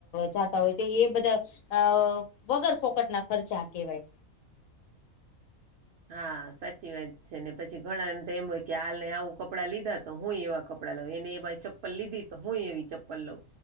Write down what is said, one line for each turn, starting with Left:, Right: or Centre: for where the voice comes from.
Left: જાતા હોય તો એ બધા અ વગર ફોકટના ખર્ચા કેવાય
Right: હા સાચી વાત છે ને પછી ઘણા ને તો એમ હોય કે હાલ ને આવું કપડાં લીધા તો હુંય એવા કપડાં લઉં એને એ ચપ્પલ લીધી તો હુંય એવી ચપ્પલ લઉ